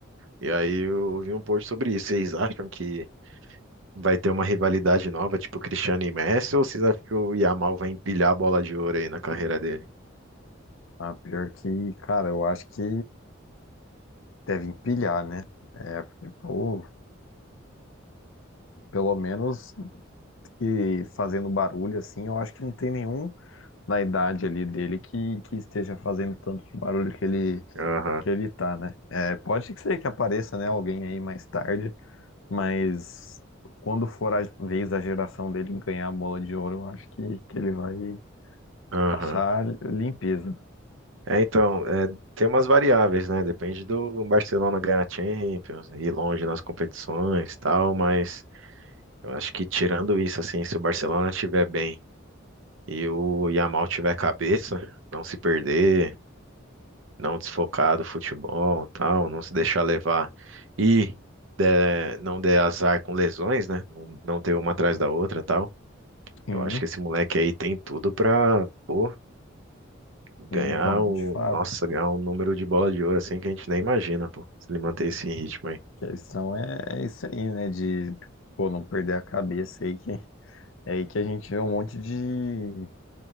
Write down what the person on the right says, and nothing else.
E aí eu vi um post sobre isso. Vocês acham que vai ter uma rivalidade nova, tipo Cristiano e Messi, ou vocês acham que o Yamal vai empilhar a bola de ouro aí na carreira dele?
Aham,
aham.
É, então, é, tem umas variáveis, né? Depende do Barcelona ganhar a Champions, ir longe nas competições e tal, mas. Eu acho que tirando isso, assim, se o Barcelona estiver bem e o Yamal tiver cabeça, não se perder, não desfocar do futebol, tal, não se deixar levar e der- não der azar com lesões, né? Não, não ter uma atrás da outra, tal.
Eu acho que esse moleque aí tem tudo pra, pô, ganhar
o,
nossa, ganhar um número de bola de ouro assim que a gente nem imagina, pô, se ele manter esse ritmo aí